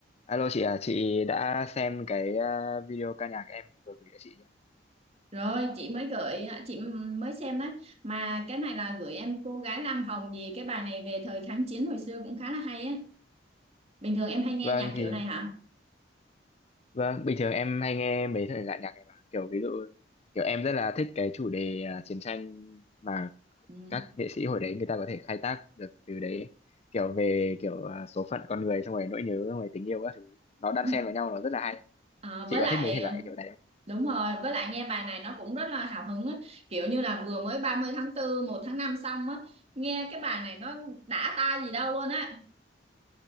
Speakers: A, on the left; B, on the right.
A: Alo chị à, chị đã xem cái ờ, video ca nhạc em vừa gửi cho chị chưa?
B: Rồi chị mới gửi chị mới xem đấy mà cái này là gửi em cô gái Lam Hồng gì cái bài này về thời kháng chiến hồi xưa cũng khá là hay á. Bình thường em hay nghe
A: Vâng
B: nhạc kiểu
A: thì
B: này hả?
A: vâng, bình thường em hay nghe mấy thể loại nhạc này mà kiểu ví dụ kiểu em rất là thích cái chủ đề ờ, chiến tranh mà
B: Ừ.
A: các nghệ sĩ hồi đấy người ta có thể khai thác được từ đấy kiểu về kiểu ờ, số phận con người xong rồi nỗi nhớ xong rồi tình yêu các thứ nó đan
B: <laughs>
A: xen vào nhau nó rất là hay.
B: Ờ,
A: Chị
B: với
A: có
B: lại
A: thích mấy thể
B: ờ,
A: loại kiểu này không?
B: đúng rồi với lại nghe bài này nó cũng rất là hào hứng á kiểu như là vừa mới ba mươi tháng tư một tháng 5 xong á nghe cái bài này nó đã tai gì đâu luôn á